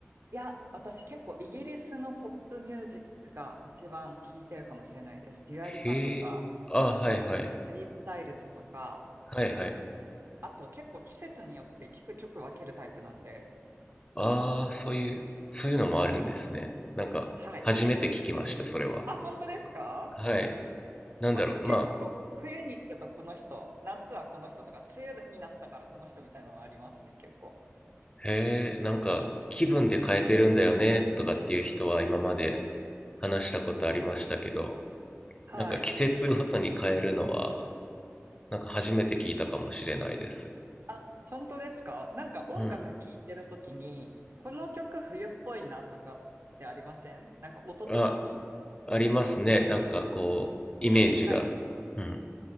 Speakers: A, on the right; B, on the left.
A: いや、私結構イギリスのポップミュージックが一番聴いてるかもしれないです。デュアリパとか、
B: へえ、ああ、はいはい。
A: ハリー・スタイルズとか、
B: はいはい。
A: あと結構季節によって聴く曲分けるタイプなんで。
B: ああ、そういう、そういうのもあるんですね。なんか、
A: はい。
B: 初めて聞きました、それは。
A: あ、本当ですか
B: はい。なんだろう、
A: 私結構冬に行くとこの人、
B: まあ、
A: 夏はこの人とか、梅雨になったからこの人みたいなのありますね、結構。
B: へえ、なんか、気分で変えてるんだよね、とかっていう人は今まで話したことありましたけど、
A: はい。
B: なんか季節ごとに変えるのは、なんか初めて聞いたかもしれないです。
A: あ、本当ですかなんか音楽聴いてるときに、
B: うん。
A: この曲冬っぽいなとかってありませんなんか音的に
B: あ、ありますね。
A: なんか
B: なんかこう、イメージが。
A: 湿度高い
B: うん。